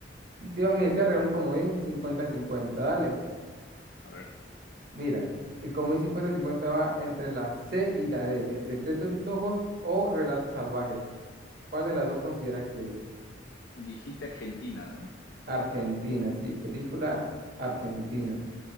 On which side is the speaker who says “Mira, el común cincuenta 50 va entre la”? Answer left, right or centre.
Right